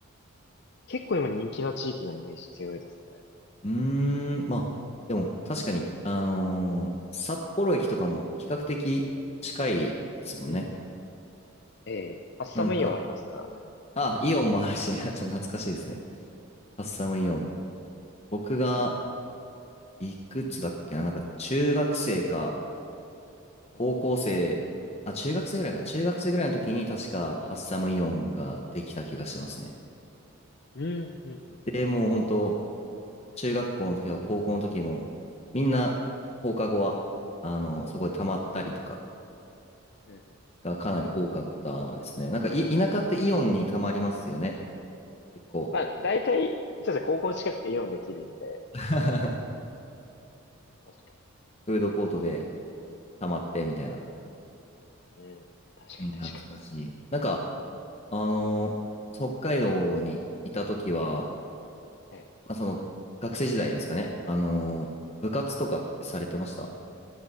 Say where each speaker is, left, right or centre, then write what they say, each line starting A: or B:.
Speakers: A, on the left; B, on the left.
A: 結構今人気な地域なイメージ強いです
B: うーん、まあ、でも確かに、あのー札幌駅とかも比較的近いですもんね。
A: ね。うん。ええハッサムイオンありますからね。
B: なんか、
A: なん
B: あ、イオンもあるし、<laughs> あちょっと懐かしいですね。カッサムイオン。僕が、いくつだっけな、なんか中学生か、高校生、
A: うん
B: あ、中学生ぐらいかな。中学生ぐらいの時に確かハッサムイオンができた気がしますね。
A: うん、うん、うん、うん。
B: で、もう本当中学校の時とか高校の時も、みんな放課後は、あの、そこで溜まったりとか、
A: うんうん
B: がかなり多かったですね。なんかい、田舎ってイオンにたまりますよね。結構。
A: まあ、大体、そうですね、高校近くてイオンできるんで、
B: <laughs>
A: 確かに。
B: フードコートでたまってみたいな。
A: うん。確かに、
B: うん、
A: 確か
B: 懐かしい。なんか、あのー北海道にいた時は、
A: に。ええ
B: まあ、その、学生時代ですかね。あのー部活とかってされてました